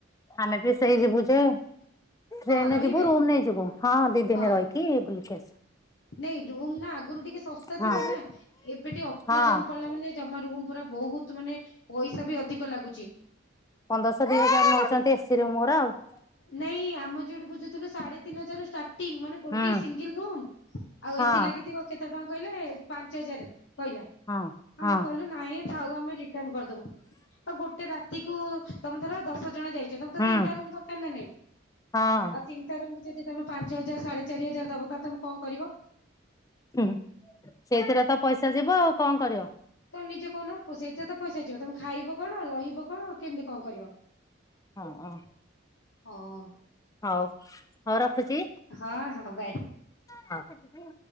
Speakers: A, on the left (about 15°); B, on the left (about 65°).
A: ଆମେ ବି ସେଇ ଯିବୁ ଯେ ଟ୍ରେନରେ
B: ହଁ ରହିବେ
A: ଯିବୁ ରୁମ ନେଇଯିବୁ ହଁ ଦି ଦିନ
B: ହଁ
A: ରହିକି ବୁଲିକି ଆସିବୁ
B: ନାଇ ରୁ ନା ଆଗରୁ ଟିକେ ସ
A: ହଁ
B: ଥିଲେ ନା ଏବେ ଟିକେ ଅକେଜନ
A: ହଁ
B: ପଡିଲା ମାନେ ଜମା ରୁମ ପୁରା ବହୁତ ମାନେ ପଇସା ବି ଅଧିକ ଲାଗୁଚି।
A: ପନ୍ଦରଶହ ଦିଇ ହଜାର ନେଉଚନ୍ତି ଏସିି ରୁମ ଗୁରା ଆଉ।
B: ନାଇଁ ଆମ ଯଉଠି ବୁଝୁଥିଲୁ ସାଢେ ତିନି ହାଜାର ରୁ ଷ୍ଟାର୍ଟିଂ ମାନେ ଗୋଟେ
A: ହୁଁ
B: ସିଙ୍ଗଲ ରୁମ୍ ଆଉ
A: ହଁ
B: ଏସି ଲାଗିଥିବ କେ କେତେ ଟଙ୍କା କହିଲେ? ପାଞ୍ଚ ହଜାର କହିଲା।
A: ହଁ
B: ଆମେ
A: ହଁ
B: କହିଲୁ ନାଇଁ ଥାଉ ଆମେ ରିଟର୍ନ କରିଦବୁ। ଆଉ ଗୋଟେ ରାତିକୁ ତମେ ଧର ଦଶ ଜଣ ଯାଇ ଚ, ତମେ ତ
A: ହୁଁ
B: ତିନିଟା ର ନା ନାଇ,
A: ହଁ
B: ଆଉ ଚିନ୍ତା ତଙ୍କୁ ଯଦି ତମେ ପାଞ୍ଚ ହଜାର, ସାଢେ ଚାରି ହଜାର ଦବ, ତାହେଲେ ତମେ କଣ କରିବ?
A: ହୁଁ ସେଇଥିରେ ତ ପଇସା ଯିବ ଆଉ କଣ କରିବ?
B: ତ ନିଜେ କହନ, ସେଥିରେ ତ ପଇସା ଯିବ। ତେଣୁ ଖାଇବ କଣ? ରହିବ କଣ? କେମିତି କଣ କରିବ?
A: ହଁ ହଁ
B: ହଁ
A: ହଉ ହଉ ରଖୁଛି
B: ହଁ ହଁ ବାଏ।
A: ହୁଁ